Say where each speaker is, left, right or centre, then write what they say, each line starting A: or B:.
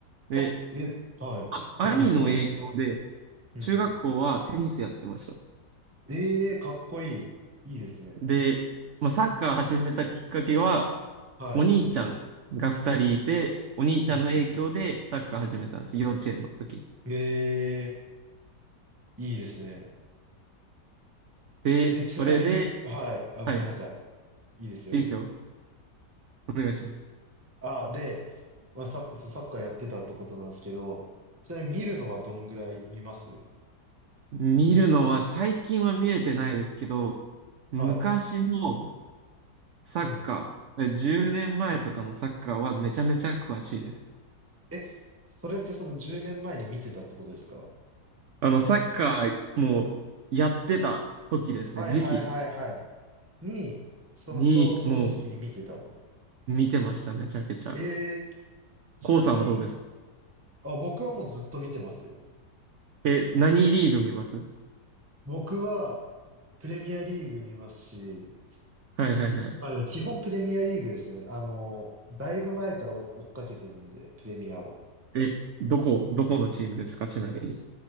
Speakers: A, on the right; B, on the right.
A: で、
B: あ、え、はい。
A: あ、兄の影響で、
B: 何やってたんですかうんうん。
A: 中学校はテニスやってました。
B: ええーかっこいい。いいですね。
A: で、まあ、サッカー始めたきっかけは、
B: はい。
A: お兄ちゃんが2人いて、お兄ちゃんの影響でサッカー始めたんです。
B: うん
A: 幼稚園の時。
B: うん。ええーいいですね。
A: で、
B: え、ちなみに、
A: それで、
B: はい。あ、ごめんなさい。
A: はい、い
B: いいですよ。
A: いですよ。お願いします。
B: ああ、で、まあ、サッ、そうサッカーやってたってことなんですけど、ちなみに見るのはどんぐらい見ます
A: 見るのは最近は見れてないですけど、昔の
B: はい。
A: サッカー、
B: うん。
A: 10年前とかのサッカーはめちゃめちゃ詳しいです。
B: え、それってその10年前に見てたってことですか
A: あの、サッカーもうやってた時ですね、
B: はいはいはいはい。
A: 時期
B: に、そのちょうどその時期に見てたと。
A: にもう見てました、めちゃくちゃ。
B: ええちなみに、
A: コウさんはどうですか
B: あ、僕はもうずっと見てますよ。
A: え、何リーグ見ます
B: 僕は、プレミアリーグ見ますし、
A: はいはいはい。
B: まあでも基本プレミアリーグですね。あの、だいぶ前から追っかけてるんで、プレミアを。
A: え、どこ、どこのチームですかちなみに。